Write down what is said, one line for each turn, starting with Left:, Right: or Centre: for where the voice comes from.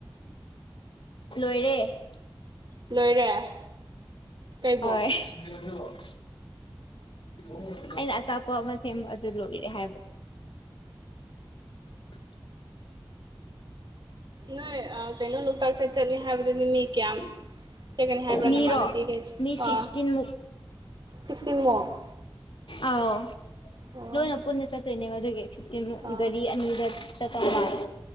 Left: ꯂꯣꯏꯔꯦ
Right: ꯂꯣꯏꯔꯦ ꯀꯩꯕꯣ
Left: ꯍꯣꯏ <unintelligible> ꯑꯣ ꯑꯩꯅ ꯑꯆꯥꯄꯣꯠ ꯑꯃ ꯁꯦꯝꯕ ꯑꯗꯨ ꯂꯣꯏꯔꯦ ꯍꯥꯏꯕ <unintelligible>
Right: ꯅꯣꯏ ꯑꯥ ꯀꯩꯅꯣ ꯂꯣꯛꯇꯥꯛꯇ ꯆꯠꯅꯤ ꯍꯥꯏꯕꯗꯨꯗꯤ ꯃꯤ ꯀꯌꯥꯝ ꯆꯩꯒꯅꯤ ꯍꯥꯏꯕ꯭ꯔꯥ
Left: ꯃꯤꯔꯣ
Right: ꯅꯃꯥꯟꯅꯕꯤꯒꯩꯗꯣ
Left: ꯃꯤ ꯐꯤꯐꯇꯤꯟꯃꯨꯛ
Right: ꯁꯤꯛꯁꯇꯤꯟꯃꯨꯛ
Left: ꯑꯥꯎ
Right: ꯑꯣ
Left: ꯂꯣꯏꯅ ꯄꯨꯟꯅ ꯆꯠꯇ‌ꯣꯏꯅꯦꯕ ꯑꯗꯨꯒꯤ ꯐꯤꯞꯇꯤꯟ ꯔꯨꯠ
Right: ꯑꯥ
Left: ꯒꯥꯔꯤ ꯑꯅꯤꯗ ꯆꯠꯄ ꯃꯥꯂ‌ꯦ